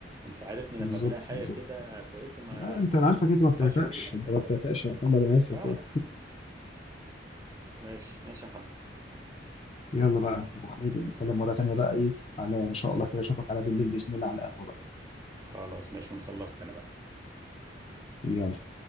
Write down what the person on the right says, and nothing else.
انت عارفني
لما بلاقي حاجه
كده كويسه ما
اقرش فيها
اه
ماشي ماشي يا محمد
خلاص ماشي ونخلصت انا بقى